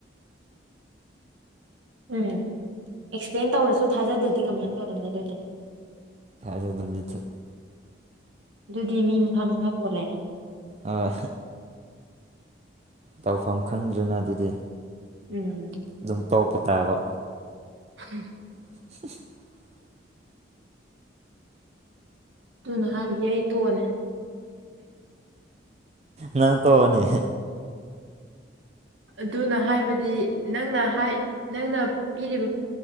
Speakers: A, on the right (about 80°); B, on the right (about 35°).
A: ꯎꯝ ꯑꯦꯛꯁꯄ꯭ꯂꯦꯟ ꯇꯧꯔꯁꯨ ꯊꯥꯖꯗ꯭ꯔꯗꯤ ꯀꯃꯥꯏꯅ ꯇꯧꯔꯝꯅꯤ ꯑꯗꯨꯗꯤ
B: ꯑꯗꯨꯖꯤꯊ
A: ꯑꯗꯨꯗꯤ ꯃꯤ ꯃꯈꯥ ꯃꯈꯥ ꯄꯣꯜꯂꯑꯦ
B: ꯍꯣꯏ ꯇꯧꯐꯝ ꯈꯪꯗ꯭ꯔꯦꯅ ꯑꯗꯨꯗꯤ
A: ꯎꯝ
B: ꯑꯗꯨꯝ ꯇꯣꯛꯄ ꯇꯥꯕ
A: ꯎꯝ
B: <unintelligible>
A: ꯑꯗꯨꯨꯅ ꯍꯥꯏꯕꯗꯤ ꯑꯩ ꯇꯣꯛꯑꯅꯤ
B: ꯅ ꯇꯅꯤ
A: ꯑꯗꯨꯅ ꯍꯥꯏꯕꯗꯤ ꯅꯪꯅ ꯅꯪꯅ ꯄꯤꯔꯤꯕ